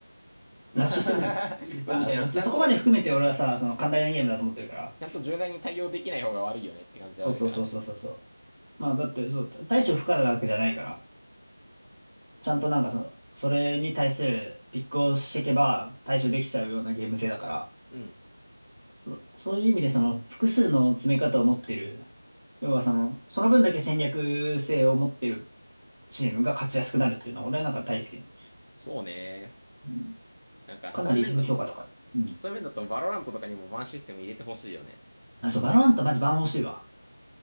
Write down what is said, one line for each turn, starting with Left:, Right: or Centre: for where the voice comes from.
Left: まあ
Right: ラッシュしてもいい。
Left: <laughs>
Right: いいですよみたいな、
Left: まあ、そう、
Right: そ、
Left: ちゃんと、
Right: そこまで含めて俺はさ、その寛大なゲームだと思ってるから。
Left: ちゃんと柔軟に対応できない方が悪いよねって感じではあるからね。
Right: そうそうそうそうそうそう。まあ、だって、そう、対処不可なわけじゃないから、ちゃんとなんかその、それに対するピックをしていけば対処できちゃうようなゲーム性だから、
Left: うん。
Right: そ、そういう意味でその、複数の詰め方を持ってる、要はその、その分だけ戦略性を持ってるチームが勝ちやすくなるっていうのは、俺はなんか大好き。う
Left: そうね。
Right: ん
Left: なんか、
Right: かなり評価高い。
Left: そういう面だと、
Right: うん。
Left: そういう面だと、バロラントとかにもバンシステム入れてほしいよね。
Right: あ、そう、バロラントマジバン欲しいわ。